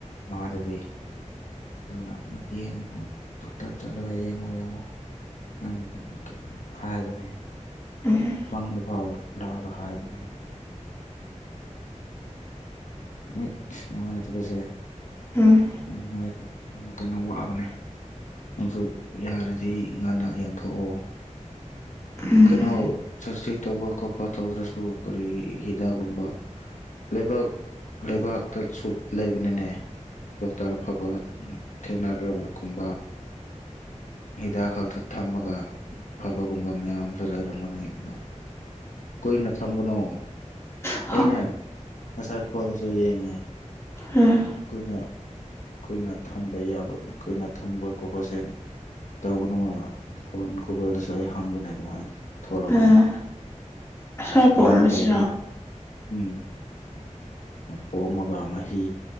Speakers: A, on the left; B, on the left.
A: ꯃꯥꯗꯗꯤ ꯑꯗꯨꯅ ꯌꯦꯡꯉꯣ ꯗꯣꯛꯇꯔ ꯆꯠꯂꯒ ꯌꯦꯡꯉꯨ ꯌꯦꯡꯉꯨ ꯎꯝ ꯍꯥꯏꯕꯅꯦ
B: ꯎꯝ
A: ꯃꯪꯗꯀꯥꯎ ꯂꯥꯛꯒ ꯍꯥꯏꯕꯅꯦ ꯃꯤꯠ ꯅꯨꯡꯉꯥꯏꯇꯄꯁꯦ
B: ꯎꯝ
A: ꯌꯥꯝ ꯅꯨꯡꯉꯥꯏ ꯌꯥꯝ ꯀꯟꯅ ꯋꯥꯕꯅꯦ ꯅꯪꯁꯨ ꯌꯥꯔꯗꯤ ꯉꯟꯅ ꯌꯦꯡꯊꯣꯛꯑꯣ
B: ꯎꯝ
A: ꯀꯩꯅꯣ ꯁꯁꯤ ꯇꯧꯕ ꯈꯣꯠꯄ ꯇꯧꯗ꯭ꯔꯁꯨ ꯀꯔꯤ ꯍꯤꯗꯥꯛꯒꯨꯝꯕ ꯂꯩꯕꯥꯛ ꯂꯩꯕꯥꯛꯇꯁꯨ ꯂꯩꯕꯅꯅꯦ ꯗꯣꯛꯇꯔ ꯑꯐꯕ ꯊꯦꯡꯅꯗ꯭ꯔꯕꯒꯨꯝꯕ ꯍꯤꯗꯥꯛ ꯈꯛꯇ ꯊꯝꯃꯒ ꯐꯕꯒꯨꯝꯕ ꯃꯌꯥꯝ ꯑꯃꯁꯨ ꯂꯩꯔꯝꯒꯅꯤ ꯑꯗꯣ ꯀꯨꯏꯅ ꯊꯝꯒꯅꯣ
B: ꯍ
A: ꯑꯩꯅꯦ ꯉꯁꯥꯏ ꯐꯣꯟꯁꯨ ꯌꯦꯡꯉꯦ
B: ꯎꯝ
A: ꯅ ꯑꯩꯈꯣꯏꯅ ꯊꯝꯕ ꯌꯥꯕ ꯑꯩꯈꯣꯏꯅ ꯊꯝꯕ ꯈꯣꯠꯄꯁꯦ ꯇꯧꯒꯅꯨꯅ ꯐꯣꯟ ꯒꯨꯒꯜꯗꯁꯨ ꯑꯩ ꯍꯪꯕꯅꯦ ꯑꯗꯨꯃꯥꯏꯅ ꯊꯣꯛꯂꯛꯄꯅꯦ
B: ꯎꯝ ꯁ꯭ꯋꯥꯏ ꯄꯣꯝꯕꯁꯤꯔꯣ
A: ꯌꯥꯔꯦꯈꯩꯗꯤ ꯎꯝ ꯄꯣꯝꯃꯒ ꯃꯍꯤ